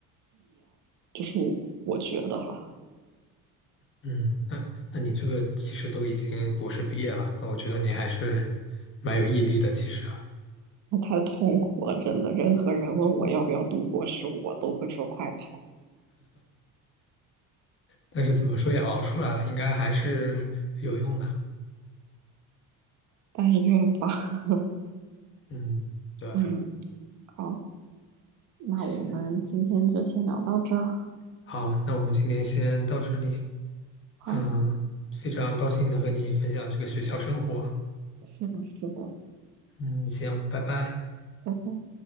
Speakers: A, on the right; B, on the left.
A: 就是我我觉得哈。
B: 嗯，那那你这个其实都已经博士毕业了，那我觉得你还是蛮有毅力的，其实啊。
A: 那太痛苦了，真的。任何人问我要不要读博士，我都会说快跑。
B: 但是怎么说也熬出来了，应该还是有用的。
A: 但愿吧。<laughs>
B: 嗯，对，
A: 嗯，好，那我们今天就先聊到这儿
B: 行，好，那我们今天先到这里。
A: 好，
B: 嗯，非常高兴能和你分享这个学校生活。
A: 是的，是的，
B: 嗯，行，拜拜。
A: 拜拜。